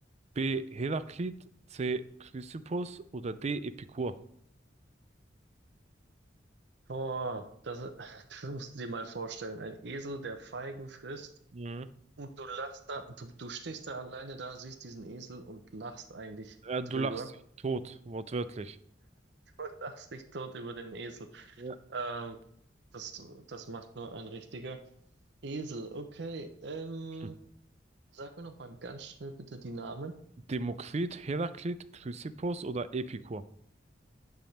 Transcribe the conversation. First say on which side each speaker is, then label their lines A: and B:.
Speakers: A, on the right (about 35°); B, on the right (about 70°).
A: B. Heraklit, C. Chrysippus oder D. Epikur?
B: Boah, das, <laughs> das musst du dir mal vorstellen. Ein Esel, der Feigen frisst.
A: Mhm.
B: Und du lachst da, du, du stehst da alleine da, siehst diesen Esel und lachst eigentlich
A: Äh, du
B: drüber.
A: lachst dich
B: <laughs>
A: tot, wortwörtlich.
B: Du lachst dich tot über den Esel.
A: Ja.
B: Ähm, das, das macht nur ein richtiger Esel. Okay, ähm,
A: Hm.
B: sag mir noch mal ganz schnell bitte die Namen.
A: Demokrit, Heraklit, Chrysippus oder Epikur?